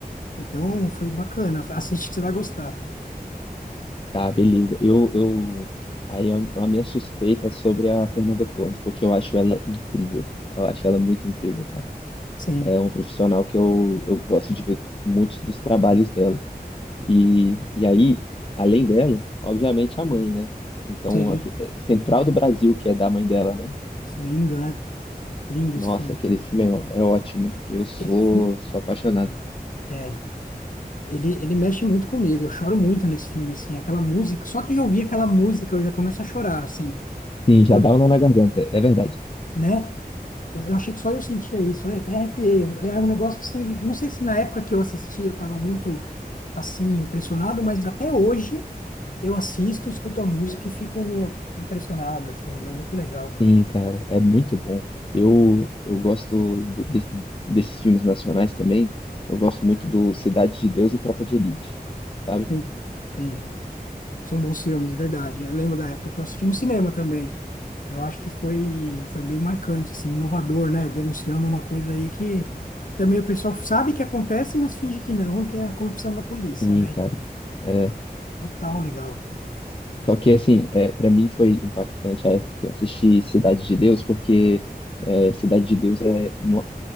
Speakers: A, on the left (about 55°); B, on the left (about 35°).
A: Então foi bacana. Assiste que você vai gostar.
B: Tá, beleza. Eu, eu... Aí a, a minha suspeita é sobre a Fernanda Torres, porque eu acho ela incrível. Eu acho ela muito incrível, cara.
A: Sim,
B: É uma profissional que eu, eu gosto de ver muitos dos trabalhos dela. E, e aí, além dela, obviamente a mãe, né? Então,
A: sim,
B: a, Central do Brasil, que é da mãe dela, né?
A: sim, lindo, né? Lindo
B: Nossa,
A: esse filme.
B: aquele filme é, ó- é ótimo. Eu sou,
A: Esse filme,
B: sou apaixonado.
A: é, ele, ele mexe muito comigo. Eu choro muito nesse filme, assim. Aquela música, só de ouvir aquela música eu já começo a chorar, assim,
B: Sim, já
A: por-
B: dá um nó na garganta, é verdade.
A: né? Eu achei que só eu sentia isso, eu até arrepiei. É um negócio assim, não sei se na época que eu assisti eu estava muito, assim, impressionado, mas até hoje eu assisto, escuto a música e fico impressionado, assim, é muito legal.
B: Sim, cara, é muito bom. Eu, eu gosto do- de- desses filmes nacionais também. Eu gosto muito do Cidade de Deus e Tropa de Elite, sabe?
A: Sim, sim. São bons filmes, verdade. Eu lembro da época que eu assisti no cinema também. Eu acho que foi, foi bem marcante, assim, inovador, né? Denunciando uma coisa aí que também o pessoal sabe que acontece, mas finge que não, que é a corrupção da polícia,
B: Sim,
A: né?
B: cara. É,
A: Total legal.
B: só que assim, é, para mim foi impactante a época que eu assisti Cidade de Deus, porque é, Cidade de Deus é, não